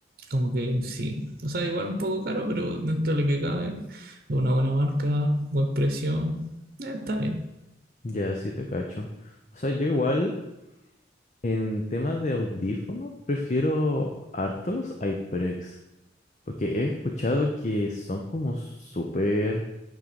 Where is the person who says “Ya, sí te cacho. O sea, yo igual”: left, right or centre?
Left